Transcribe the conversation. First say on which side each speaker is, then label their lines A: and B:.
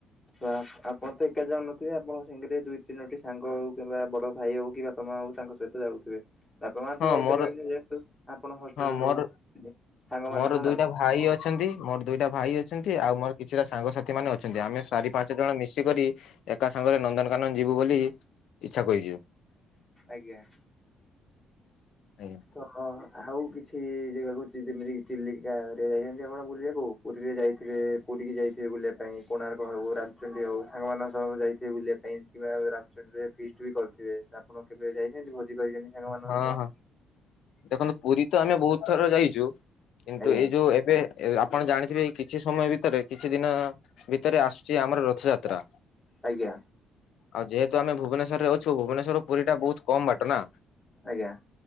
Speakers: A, on the left; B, on the left.
A: ତ ଆ ଆପଣ ତ ଏକା ଯାଉ ନଥିବେ ଆପଣ ସାଙ୍ଗରେ ଦୁଇ ତିନୋଟି ସାଙ୍ଗ ହଉ କିମ୍ବା ବଡ ଭାଇ ହଉ କିମ୍ବା ବାପା ମା ହଉ ତାଙ୍କ ସହିତ ଯାଉଥିବେ ବାପା ମା ତ
B: ହଁ
A: ଯାଇପାରିବେନି
B: ମୋର
A: ଯେହେତୁ ଆପଣ ହଷ୍ଟେଲରେ
B: ହଁ ମୋର
A: ରହୁ ସାଙ୍ଗମାନଙ୍କ
B: ମୋର
A: ସହ
B: ଦୁଇଟା
A: ଯାଉଛନ୍ତି।
B: ଭାଇ ଅଛନ୍ତି ମୋର ଦୁଇଟା ଭାଇ ଅଛନ୍ତି ଆଉ ମୋର କିଛିଟା ସାଙ୍ଗସାଥି ଥି ମାନ ଅଛନ୍ତି ଆମେ ଚାରି ପାଞ୍ଚ ଜଣ ମିଶିକରି ଏକା ସାଙ୍ଗରେ ନନ୍ଦନକାନନ ଯିବୁ ବୋଲି ଇଚ୍ଛା କହିଛୁ
A: ଆଜ୍ଞା
B: ଆଜ୍ଞା
A: ତ ହ ଆଉ କିଛି ଜାଗାକୁହୁଛି ଯେମିତି ଚିଲିକା ରେ ଯାଇଛନ୍ତି ଆପଣ ବୁଲିବା କୁ ପୁରୀରେ ଯାଇଥିବେ ପୁରୀ କି ଯାଇଥିବେ ବୁଲିବା ପାଇଁ କୋଣାର୍କ ହେଉ ରାମଚଣ୍ଡୀ ହେଉ ସାଙ୍ଗମାନଙ୍କ ସହ ଯାଇଥିବେ ବୁଲିବା ପାଇଁ କିବା ରାମଚଣ୍ଡୀରେ ଫିଷ୍ଟ ବି କରିଥିବେ ଆପଣ କେବେ ଯାଇଛନ୍ତି ଭୋଜି କରିଛନ୍ତି ସାଙ୍ଗମାନଙ୍କ
B: ହଁ
A: ସହ
B: ହଁ। ଦେଖନ୍ତୁ ପୁରୀ ତ ଆମେ ବହୁତ ଥର ଯାଇଛୁ କିନ୍ତୁ
A: ଆଜ୍ଞା।
B: ଏଇ ଯୋଉ ଏବେ ଏ ଆପଣ ଜାଣିଥିବେ କିଛି ସମୟ ଭିତରେ କିଛି ଦିନ ଭିତରେ ଆସୁଛି ଆମର ରଥଯାତ୍ରା
A: ଆଜ୍ଞା
B: ଆଉ ଯେହେତୁ ଆମେ ଭୁବନେଶ୍ଵରରେ ଅଛୁ ଭୁବନେଶ୍ଵର ପୁରୀ ଟା ବହୁତ କମ ବାଟ ନା
A: ଆଜ୍ଞା